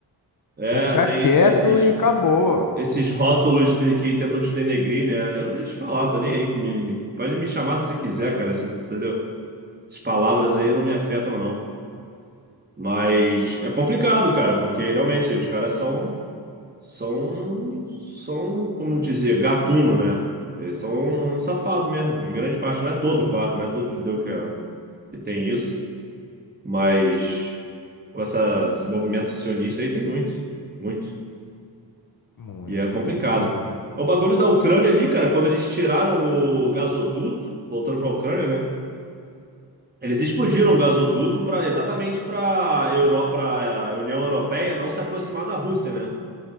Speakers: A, on the right; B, on the left.
A: É,
B: Tem que ficar
A: tem
B: quieto
A: esse- esses
B: e acabou.
A: esses rótulos de- que tentam te denegrir, né? Eu deixo falar, tô nem aí. Me, me- pode me chamar se você quiser, cara. Você, entendeu? Essas palavras aí não me afetam, não. Mas é complicado, cara, porque realmente os caras são são, são, como dizer, gatuno, né? Eles são safados mesmo, em grande parte. Não é todo, claro, não é todo judeu que, é- que tem isso, mas com essa, esse movimento sionista aí tem muito, muito.
B: Muito,
A: E é complicado.
B: muito, muito.
A: O bagulho da Ucrânia ali, cara, quando eles tiraram o gasoduto, voltando para a Ucrânia, né? Eles explodiram o gasoduto para exatamente para Europa, para a União Europeia não se aproximar da Rússia, né?